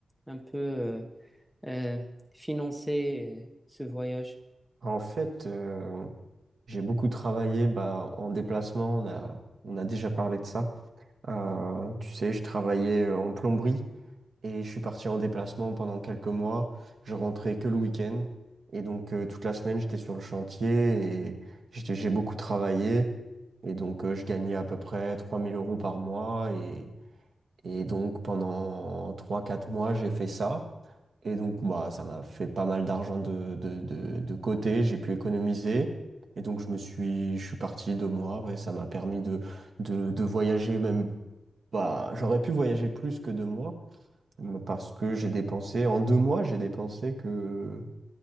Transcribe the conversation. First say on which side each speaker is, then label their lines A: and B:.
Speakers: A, in the centre; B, on the right.
A: un peu euh, euh, financer euh, ce voyage?
B: En fait, euh, j'ai beaucoup travaillé bah, en déplacement. On a, on a déjà parlé de ça. Euh, tu sais, je travaillais euh, en plomberie et je suis parti en déplacement pendant quelques mois. Je rentrais que le week-end et donc euh, toute la semaine j'étais sur le chantier et j'étais- j'ai beaucoup travaillé. Et donc, euh, je gagnais à peu près 3000 euros par mois. Et, Et donc pendant trois quatre mois, j'ai fait ça. Et donc bah, ça m'a fait pas mal d'argent de, de, de, de côté, j'ai pu économiser. Et donc je me suis, je suis parti deux mois, ouais, ça m'a permis de, de, de voyager même pas. J'aurais pu voyager plus que deux mois, mais parce que j'ai dépensé, en deux mois, j'ai dépensé que